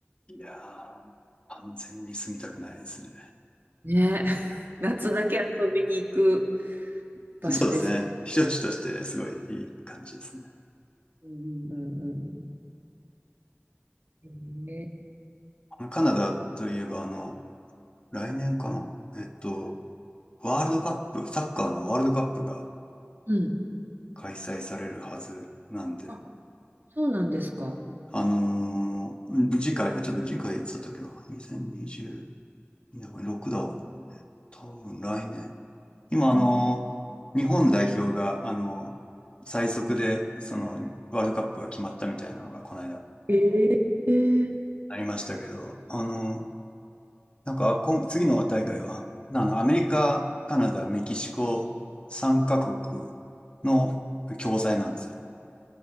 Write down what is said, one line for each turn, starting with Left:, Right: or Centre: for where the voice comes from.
Left: いやー、完全に住みたくないですね。
Right: ね。<laughs> 夏だけ遊びに行く場所ですね
Left: そうですね。避暑地としてすごいいい感じですね。
Right: うんうんうんうん。えー
Left: あのカナダといえば、あの、来年かな。えっと、ワールドカップ、サッカーのワールドカップが
Right: うん。
Left: 開催されるはずなんで、
Right: あ、そうなんですか。
Left: あのー次回、ちょっと次回いつだったっけな ?2020、なこれロックダウンね。多分来年。今、
Right: うん
Left: あのー日本代表が、あのー最速で、その、ワールドカップが決まったみたいなのが、この間、
Right: ええ
Left: ありましたけど、あのーなんか、今次の大会は、あの、アメリカ、カナダ、メキシコ、3カ国の共催なんですよ。